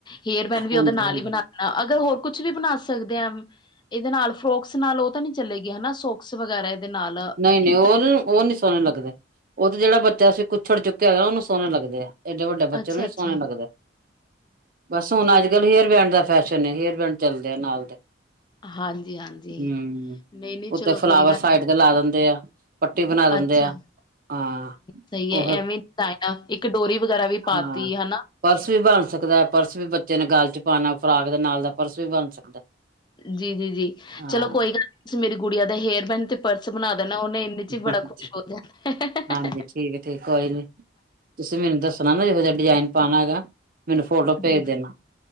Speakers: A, on the left; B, on the right.
A: ਹੇਅਰਮੈਨ ਵੀ
B: ਹਾਂਜੀ
A: ਉਹਦੇ ਨਾਲ
B: ਹਾਂਜੀ
A: ਹੀ ਬਣਾ ਨਾ ਅਗਰ ਹੋਰ ਕੁਛ ਵੀ ਬਣਾ ਸਕਦੇ ਹਾਂ, ਇਹਦੇ ਨਾਲ ਫਰੋਕਸ ਨਾਲ ਉਹ ਤਾਂ ਨੀ ਚਲੇਗੀ ਹਨਾ ਸੋ ਵਗੈਰਾ ਇਹਦੇ ਨਾਲ,
B: ਨਹੀਂ-ਨਹੀਂ
A: ਕੀ
B: ਉਹ ਉਹ ਨਹੀਂ ਸੋਹਣੇ ਲੱਗਦੇ। ਉਹ ਤੇ ਜਿਹੜ ਬੱਚਾ ਸੀ, ਜਿਹਨੂੰ ਅਸੀ ਕੁੱਛੜ ਚੁਕਿਆ ਹੋਇਆ ਉਹਨ ਸੋਹਣਾ ਲੱਗਦਾ ਆ। ਏਡੇ ਵੱਡੇ ਬੱਚੇ
A: ਅੱਛਾ
B: ਨੂੰ ਨੀ
A: ਅੱਛਾ
B: ਸੋਹਣੇ ਲੱਗਦੇ, ਬਸ ਹੁਣ
A: ਠੀਕ
B: ਅੱਜ
A: ਹੈ
B: ਕੱਲ੍ਹ ਹੇਅਰ ਬੈਂਡ ਦਾ ਫੈਸ਼ਨ ਹੇਅਰਪੈਂਡ ਚੱਲਦੇ ਆ ਨਾਲ ਦੇ,
A: ਹਾਂਜੀ ਹਾਂਜੀ
B: ਹੂੰ
A: ਨਹੀਂ ਨਹੀਂ ਚਲੋ
B: ਉੱਥ ਫਲਾਵਰ
A: ਕੋਈ ਗੱਲ
B: ਸਾਈਡ ਕੇ ਲਾ ਦਿੰਦੇ ਆ। ਪੱਟੀ ਬਣਾ
A: ਅੱਛਾ
B: ਦਿੰਦੇ ਆ, ਹਾਂ
A: ਸਹੀ
B: ਉਹ
A: ਹੈ ਐਵੇਂ ਇੱਕ ਡੋਰੀ ਵਗੈਰਾ ਵੀ ਪਾਤੀ
B: ਹਾਂ
A: ਹਨਾ।
B: ਪਰਸ ਵੀ ਬਣ ਸਕਦਾ ਹੈ ਪਰਸ ਵੀ ਬੱਚੇ ਨੇ ਗਾਲ ਚ ਪਾਉਣਾ ਫਰਾਕ ਦੇ ਨਾਲ ਦਾ ਪਰਸ ਵੀ ਬਣ ਸਕਦਾ
A: ਜੀ ਜੀ ਜੀ
B: ਹਾਂ
A: ਚਲੋ ਕੋਈ ਗੱਲ ਤੁਸੀਂ ਮੇਰੀ ਗੁੜੀਆਂ ਦਾ ਹੇਅਰ ਪੈਨ ਤੇ ਪਰਸ ਬਣਾ ਦੇਣਾ ਉਹਨੇ ਇਹਨੇ ਚ ਵੀ ਬੜਾ
B: ਹਾਂਜੀ
A: ਖੁਸ਼ ਹੋ ਜਾ
B: ਹਾਂਜੀ ਠੀਕ ਠੀਕ ਕੋਈ ਨੀ ਤੁਸੀਂ ਮੈਨੂੰ ਦੱਸਣਾ ਨਾ ਇਹਹੋ ਜਿਹਾ ਡਿਜਾਇਨ ਪਾਉਣਾ ਹੈਗਾ ਮੈਨੂੰ ਫੋਟੋ ਭੇਜ
A: ਜ
B: ਦੇਣਾ